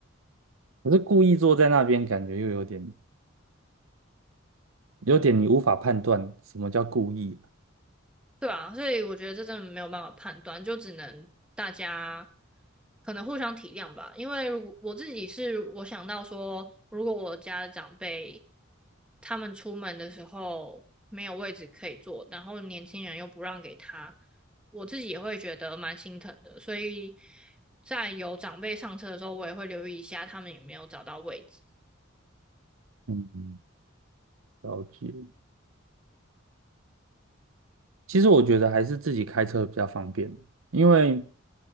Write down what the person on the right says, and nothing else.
可是故意坐在那边，感觉又有点有点你无法判断什么叫故意啊。
嗯，了解。其实我觉得还是自己开车比较方便，因为